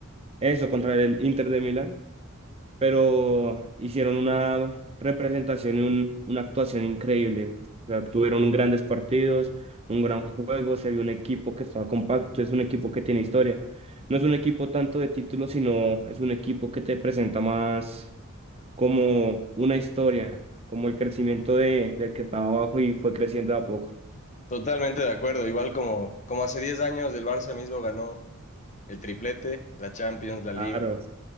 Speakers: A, on the right (about 30°); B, on the left (about 35°).
A: eso contra el Inter de Milán, pero hicieron una representación y un- una actuación increíble. O sea, tuvieron grandes partidos, un gran juego, se vio un equipo que estaba compacto, es un equipo que tiene historia. No es un equipo tanto de títulos, sino es un equipo que te presenta más como una historia, como el crecimiento de, del que estaba abajo y fue creciendo de a poco.
B: Totalmente de acuerdo, igual como, como hace 10 años el Barça mismo ganó el triplete, la Champions, la Liga.
A: Claro.